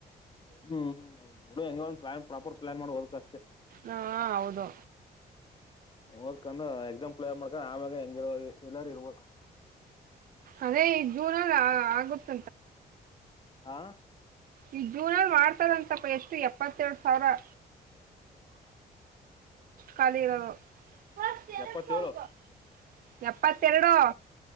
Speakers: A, on the left; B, on the right.
A: ಹ್ಮ್ ಹ್ಮ ಬಿಡು ಎಂಗೋ ಒಂದ್ ಪ್ಲಾನ್ ಪ್ರಾಪರ್ ಪ್ಲಾನ್ ಮಾಡ್ ಓದ್ಕೋ.
B: ಹಾ ಹೌದು.
A: ಓದ್ಕೊಂದ ಎಕ್ಸಾಮ್ ಕ್ಲಿಯರ್ ಮಾಡಕ ಆಮ್ಯಾಗ ಹೆಂಗಿರಲ್ಲಾರ ಇರ್ಬೇಕ.
B: ಅದೇ ಈ ಜೂನ ಅಲ್ಲಿ ಆ ಆಗುತ್ತ
A: ಹಾ.
B: ಈಗ್ ಜೂನ್ ಮಾರ್ಚ್ ಎಷ್ಟು ಏಪತ್ತು ಎರಡು ಸಾವಿರ ಖಾಲಿ ಇರೋದು ಎರಡು
A: ಎಪ್ಪತ್ತೇಳು
B: ಸಾವಿರ ಎಪ್ಪತ್ತೆರಡು